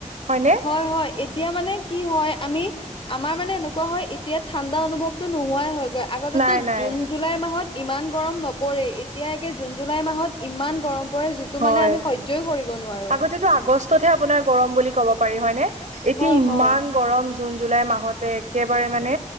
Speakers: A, on the right (about 70°); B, on the left (about 40°).
A: হয় নে?
B: হয় হয় এতিয়া মানে কি হয় আমি আমাৰ মানে এনেকুৱা হয় এ তিয়া ঠাণ্ডা অনুভৱটো নোহোৱাই হয়গৈ, আগতেতো
A: নাই নাই
B: জুন জুলাই মাহত ইমান গৰম নপৰে এতিয়াকে জুন জুলাই মাহত ইমান গৰম পৰে যিটো
A: হয়
B: মানে আমি সহ্য টোৱে কৰিব নোৱাৰো।
A: আগতেতো আগষ্টতহে আপোনাৰ গৰম বুলি কব পাৰি হয় নে, এতিয়া
B: হয়
A: ইমান
B: হয়
A: গৰম জুন জুলাই মাহতে একেবাৰে মানে